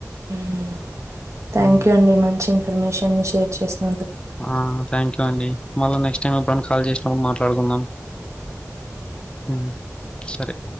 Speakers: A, on the right (about 65°); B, on the left (about 20°).
A: ఉ థ్యాంక్
B: ఉమ్
A: యూ అం మీ మంచి ఇన్ఫర్మేషన్లి షేర్ చేస్నందు
B: ఆ థ్యాంక్ యూ అండి మళ్ళ నెక్ట్ టైమ్ ఎబ్బుడన్న కాల్ జేస్ నబ్బుడు మా ట్లాడుకుందాం ఉమ్ సరే